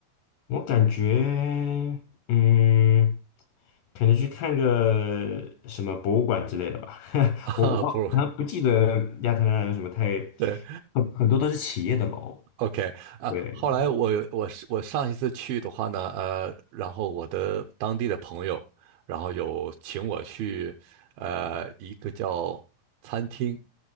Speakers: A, on the left; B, on the right.
A: 我感觉，嗯，可能去看个什么博物馆之类的吧。<laughs>
B: 啊，
A: 我我好像不记得亚特兰大有什么太，
B: 不，对，
A: 很很多都是企业的楼。
B: OK，啊，
A: 对，
B: 后来我我是我上一次去的话呢，呃，然后我的当地的朋友，然后有请我去，呃，一个叫餐厅，